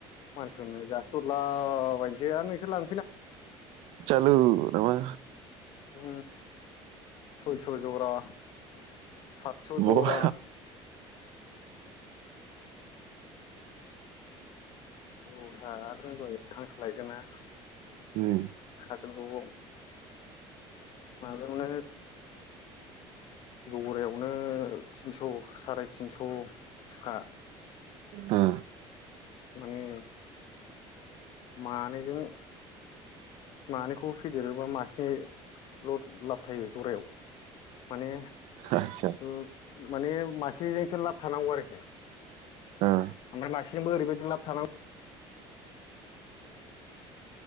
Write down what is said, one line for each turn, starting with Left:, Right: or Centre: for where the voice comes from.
Left: मानसिफोरनो जासिहरला आबायनोसै आ नोंसोर लां
Right: चालु नामा
Left: उ सयस' जरा सातस' जरा
Right: बहा
Left: <inaudible> औ‌ थार जों दहाय हांसो लायदोंना
Right: ओम
Left: <unintelligible> माबायावनो जरायावनो थिनस' साराय थिनस' खा
Right: हा
Left: माने मानैजों मानैखौबो फेदेरोबा मासेल' लाब थायो जरायाव माने
Right: आतसा
Left: ओ माने मासेजोंसो लाब थानांगौ आरोखि
Right: ओ
Left: ओमफ्राय मासेजोंबो ओरैबायदि लाब सानाव